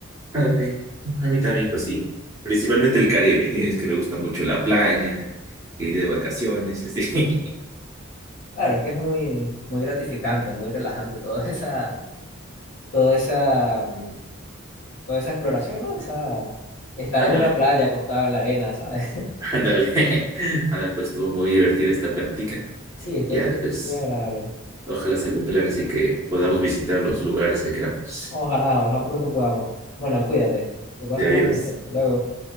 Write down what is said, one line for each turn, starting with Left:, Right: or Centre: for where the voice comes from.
Right: Ándale. A mí también, pues sí. Principalmente el Caribe. <laughs> Es que me gusta mucho la playa, ir de vacaciones y así. <laughs>
Left: Claro, es que es muy, muy gratificante, muy relajante toda <laughs> esa toda esa, mm, toda esa exploración, ¿no? Esa, estar
Right: Ándale,
Left: en una playa acostado en la arena, ¿sabes? <laughs>
Right: ándale. <laughs> Ándale, pues estuvo muy divertida esta plática.
Left: Sí, estuvo
Right: Ya después,
Left: muy, muy agradable.
Right: ojalá se cumplan, así que podamos visitar los lugares que queramos.
Left: Ojalá, ojalá pronto podamos. Bueno, cuídate. Que pases
Right: <laughs> Adiós.
Left: buenas noches. Hasta luego.